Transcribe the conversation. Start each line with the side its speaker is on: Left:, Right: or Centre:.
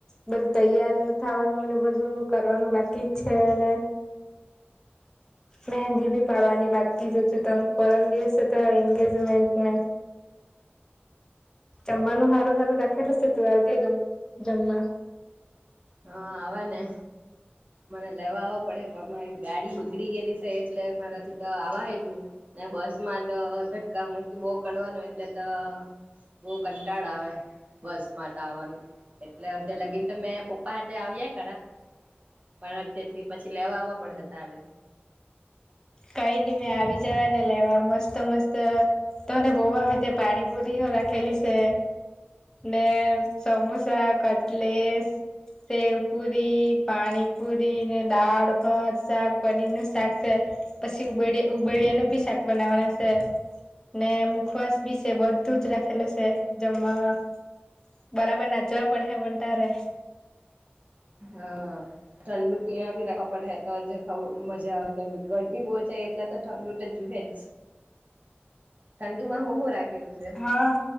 Left: બધું તૈયાર થવાનું ને બધું કરવાનું બાકી જ છે. ને મહેંદી ભી પાડવાની બાકી જજત પરમ દિવસે તો એંગેજમેન્ટન્ટને જમાનું હારું હારું રાખેલી સ તો આવ જે, જમા
Right: હા આવાને. મને લેવાવા પડે. પણ મારી ગાડી બગડી ગયેલી એટલે મારાથી તો આવાહેજ નહી ને બસ માં તો ધક્કા મુક્યું બહુ કડવાનું એટલે તો બહુ કંટાળો આવે બસ મા તો આવવાનું. એટલે અડધે લાગીને તો મેં પપ્પ પ આવયા કડા પણ અડધે થી પછી લેવાવા પડહે તારે
Left: કઈ નહ મેં આવી જવાને લેવા. મસ્ત મસ્ત તને બૌ ભાવ તે પાણી પુરી હ રાખેલી છે ને સમોસા કટલેસ સેવ પુરી પાણીપુરી ને દાળ ભાત શાક પનીર નું શાક છે. પછી ઉબડ ઉબડિયાનું ભી શાક બનાવાના છે. ને મુખવાસ બી છે બધું જ રાખેલું છે જમવામાં બરાબર નાચવા પડે પણ તારે
Right: હા ઠંડુ પિયા ભીડ હે તો મજા આવે ગરી બહ એટલે ઠંડુ તો જુએજ ઠંડુમાં હું હું રાખેલું છે?
Left: હા